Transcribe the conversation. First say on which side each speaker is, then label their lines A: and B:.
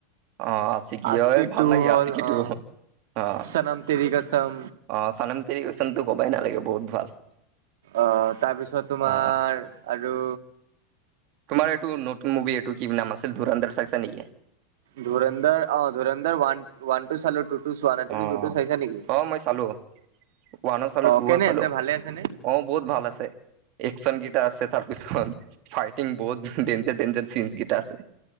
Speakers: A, on the right; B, on the right.
A: অ আচিকি
B: আচকি
A: হয় ভাল
B: টু
A: লাগে
B: হল
A: আচিকিটো
B: অ,
A: অ
B: চানাম তেৰি কাছাম।
A: অ চানাম তেৰি কাচামতো কবাই নালাগে বহুত ভাল।
B: অ তাৰপিছত তোমাৰ
A: অ
B: আৰু
A: তোমাৰ এইটো নতুন মুভি এইটো কি নাম আছিল ধোৰান্দৰ চাইছা নেকি?
B: ধোৰন্দৰ অ ধোৰন্দৰ ৱান ৱানটো চালোঁ টু টো চোৱা নাই তুমি
A: অ
B: টু টো চাইছা নেকি?
A: অ মই চালো ওৱানো চালো
B: অ
A: টুও
B: কেনে
A: চালো
B: আছে ভালে আছে নে?
A: অ বহুত ভাল আছে। একচন গিটা আছে তাৰপিছত ফাইটিং বহুত ডেনজাৰ ডেনজাৰ চিন কেইটা আছে।